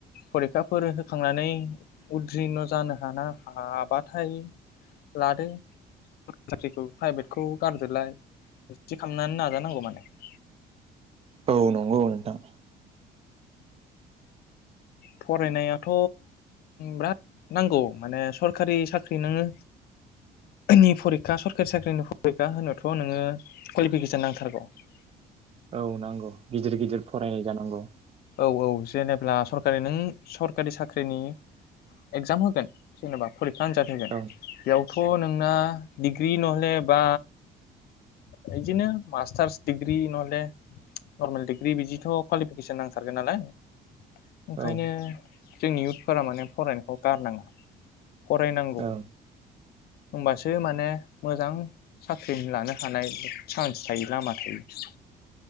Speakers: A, on the left (about 65°); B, on the right (about 35°).
A: फरिखाफोर होखांनानै उद्रिन' जानो हाना हाबाथाय लादो साख्रिखौ प्राइभेटखौ गारदोलाय बिब्दि खालामनानै नाजानांगौ माने ।
B: औ नंगौ नोंथां ।
A: फरायनायाथ' ब्राद नांगौ माने सरखारि साख्रि नोङो नि फरिखा सरखारि साख्रिनि फरिखा होनोथ' नोङो कुवालिफिकेसन नांथारगौ ।
B: औ नांगौ गिदिर गिदिर फरायनाय जानांगौ ।
A: औ औ जेनेब्ला सर ओरै नों सरकारि साख्रिनि एकजाम होगोन जेनेबा फरिख खा आनजाद होगोन
B: ओं
A: बेयाव थ' नोंना डिग्रि नहले बा बिदिनो मास्टार्स डिग्रि नहले नर्मेल डिग्रि बिदिथ' क्वालिफिकेसन नांथारगोन नालाय । ओंखायनो
B: औ
A: जोंनि इयउथफोरा माने फरायनायखौ गारनांङा फरायनांगौ
B: ओं
A: होमबासो माने मोजां साख्रि लानो हानाय चान्स थायो लामा थायो ।